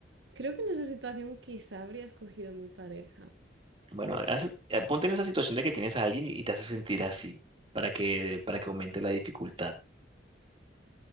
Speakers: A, on the right; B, on the right.
A: creo que en esa situación quizá habría escogido mi pareja.
B: Bueno, haz- eh, ponte en esa situación de que tienes a alguien y te hace sentir así, para que, para que aumente la dificultad.